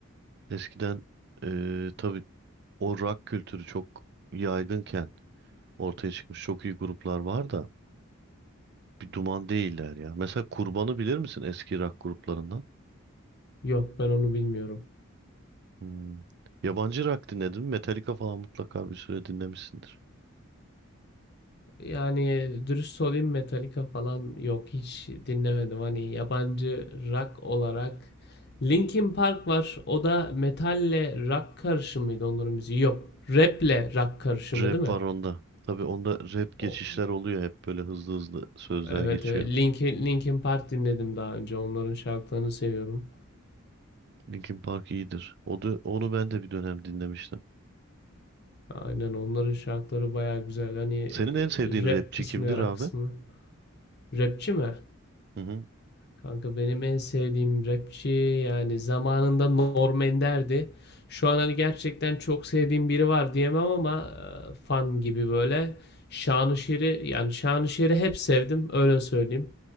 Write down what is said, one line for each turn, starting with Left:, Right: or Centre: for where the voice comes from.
Right: Eskiden eee tabii o rock kültürü çok yaygınken ortaya çıkmış çok iyi gruplar var da bir duman değiller ya. Mesela Kurban'ı bilir misin eski rock gruplarından?
Left: Yok ben onu bilmiyorum.
Right: Hmm. Yabancı rock dinledin mi? Metallica falan mutlaka bir süre dinlemişsindir.
Left: Yani dürüst olayım Metallica falan yok hiç dinlemedim. Hani yabancı rock olarak Linkin Park var. O da metalle rock karışımıydı onların müziği. Yok. Rap'le rock karışımı
Right: Rap
Left: değil mi?
Right: var onda. Tabii onda rap geçişler
Left: O.
Right: oluyor hep böyle hızlı hızlı sözler
Left: Evet,
Right: geçiyor.
Left: evet. Linkin, Linkin Park dinledim daha önce. Onların şarkılarını seviyorum.
Right: Linkin Park iyidir. O da, onu ben de bir dönem dinlemiştim.
Left: Aynen onların şarkıları baya güzel. Hani e,
Right: Senin en sevdiğin
Left: rap
Right: rapçi
Left: kısmı,
Right: kimdir
Left: rock
Right: abi?
Left: kısmı. Rapçi mi?
Right: Hı hı.
Left: Kanka benim en sevdiğim rapçi yani zamanında Norm Ender'di. Şu an hani gerçekten çok sevdiğim biri var diyemem ama e, fan gibi böyle. Şanışer'i yani Şanışer'i hep sevdim öyle söyleyeyim.